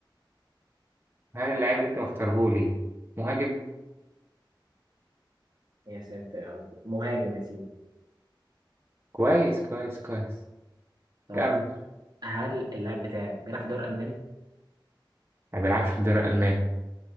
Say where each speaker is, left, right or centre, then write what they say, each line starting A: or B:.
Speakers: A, on the right; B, on the right.
A: هل اللعيب اللي انت مختارهولي مهاجم
B: يا ساتر يا رب مهاجم يا سيدي
A: كويس كويس كويس
B: طب
A: كمل
B: هل اللاعب بتاعي بيلعب في الدوري الألماني؟
A: ما بيلعبش في الدوري الالماني